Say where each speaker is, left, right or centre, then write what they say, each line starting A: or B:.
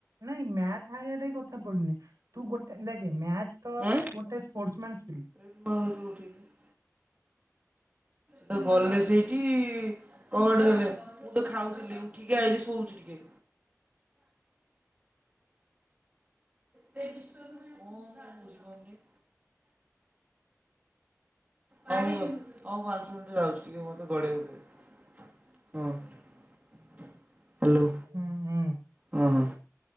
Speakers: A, on the right; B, on the right.
A: ନାଇଁ ମ୍ୟାଚ ହାରିବା ଟା କଥା ପଡୁିନି ତୁ ଗୋଟେ ଦେଖେ ମ୍ୟାଚ ତ
B: ଆଁ
A: ଗୋଟେ ସ୍ପୋର୍ସ ମ୍ୟାନ।
B: <unintelligible> ତ ଗଲେ ସେଇଠି କବାଟେ ଦେଲେ ମୁଁ ତ ଖାଉଥିଲି ଉଠିକି ଆଇଲି ଶୋଉଛି ଟିକେ। ମୁଁ ବୁଝିପାରୁନି। ହଉ ହଉ ପାଞ୍ଚ ମିନିଟ ଯାଉଛି ଟିକେ ମତେ ଗଡେଇ ହବାକୁ ଦେ। ହଁ ହ୍ୟାଲୋ।
A: ହୁଁ ହୁଁ।
B: ହଁ ହଁ